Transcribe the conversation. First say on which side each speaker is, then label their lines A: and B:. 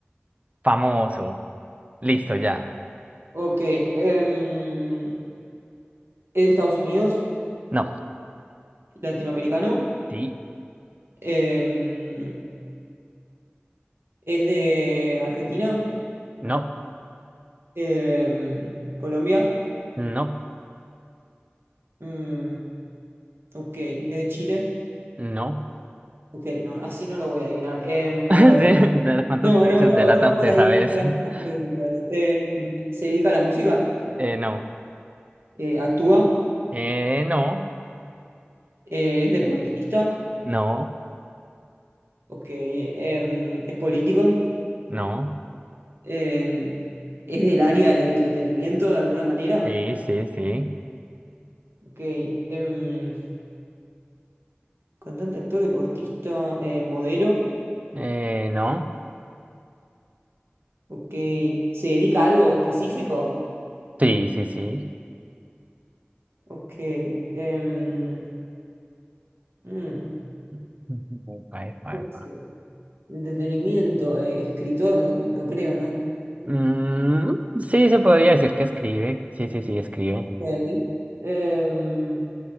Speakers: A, on the right; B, on the right.
A: famoso. Listo, ya.
B: Ok, em, es de Estados Unidos,
A: No,
B: latinoamericano,
A: sí,
B: em, es de Argentina,
A: no,
B: em, Colombia.
A: no,
B: mm, Ok, ¿es de Chile?
A: no.
B: Ok, no, así no lo voy a adivinar. Em,
A: <laughs> Sí,
B: a ver,
A: ¿de ¿Cuántos
B: no,
A: países
B: no, no,
A: de LATAM
B: no va por
A: te
B: ahí
A: sabes?
B: <laughs> las
A: <laughs>
B: preguntas. Em, ¿se dedica a la música?
A: Eh, no,
B: Eh, ¿actúa?
A: eh, no,
B: Eh, ¿es deportista?
A: no,
B: Ok, em, ¿es político?
A: no.
B: Em, ¿es del área del entretenimiento de alguna manera?
A: Sí, sí, sí.
B: Ok, em, cantante, actor, deportista, eh, modelo.
A: Eh, no,
B: Ok, ¿se dedica a algo específico?
A: sí, sí, sí.
B: Ok, em, mm,
A: <laughs> Ujú, pa, pa,
B: puede ser.
A: pa.
B: entretenimiento, eh, escritor, no, no creo, ¿no?
A: Mm, sí, se podría decir que escribe. Sí, sí, sí, escribe.
B: Ok. Em,